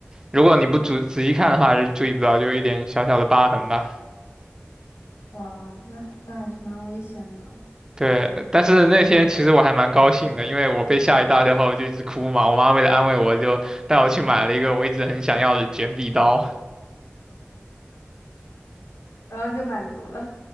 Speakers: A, on the right; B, on the left.
A: 如果你不仔仔细看的话是注意不到，就一点小小的疤痕吧。
B: 哇，那那还是蛮危险的。
A: 对，但是那天其实我还蛮高兴的，因为我被吓一大跳后就一直哭嘛，我妈为了安慰我就带我去买了一个我一直很想要的卷笔刀。
B: 然后就满足了。